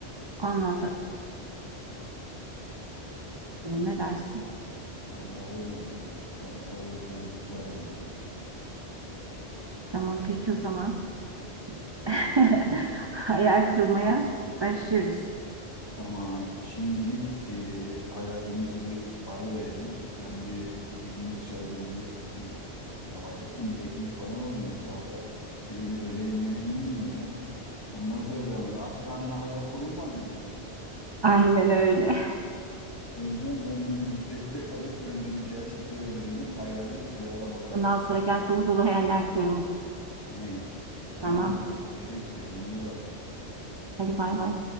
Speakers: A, on the right (about 30°); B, on the left (about 20°).
A: Ondan sonra bakalım, ne dersin?
B: Vallahi olur ya. Vallahi olur. Ben varım yani.
A: Tamam peki o zaman. <laughs> Hayal kurmaya başlıyoruz.
B: Tamam. Şimdilik e, hayalimizi bir ara verelim. Ben bir gideyim dışarıda bir, bir ya acıktım bir ekmek falan alayım bir kahve şeyimi öğle yemeğimi yiyeyim ya. Ondan sonra devam edelim. Aç karnına hayal kurulmaz biliyorsun.
A: Aynen öyle.
B: O yüzden ben bir gideyim <laughs> ekmek alayım. Önce bir gerçeklere dönelim. Hayali bir ara bakarız.
A: Ondan sonra gel dolu dolu hayaller kuralım.
B: Aynen. Tamam
A: Tamam.
B: hadi görüşürüz. Kendine iyi bak.
A: Hadi bay bay.